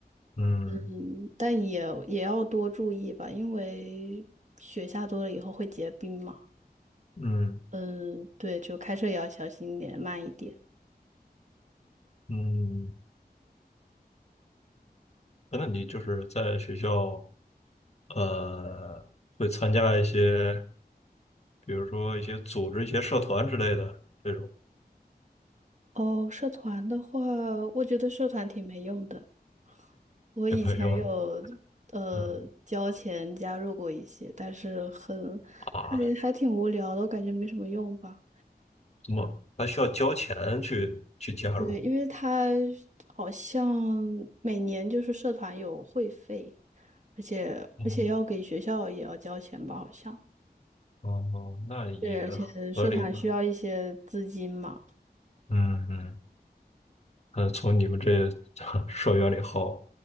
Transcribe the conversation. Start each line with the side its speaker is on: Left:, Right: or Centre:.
Left: 嗯
Right: 嗯，但也也要多注意吧，因为雪下多了以后会结冰嘛。
Left: 嗯
Right: 嗯，对，就开车也要小心一点，慢一点。
Left: 嗯，那你就是在学校呃会参加一些，比如说一些组织一些社团之类的这种
Right: 哦，社团的话，我觉得社团挺没用的。我以前有呃交钱加入过一些，
Left: 有没有呢？嗯
Right: 但是很还还挺无聊的，
Left: 啊，
Right: 我感觉没什么用吧。
Left: 怎么还需要交钱去去加入？
Right: 对，因为它好像每年就是社团有会费，而且而且要给学校也要交钱吧，
Left: 嗯
Right: 好像。
Left: 哦，那也合理吧。
Right: 对，而且社团需要一些资金嘛。
Left: 嗯嗯，呃，从你们这 <laughs> 社员里薅。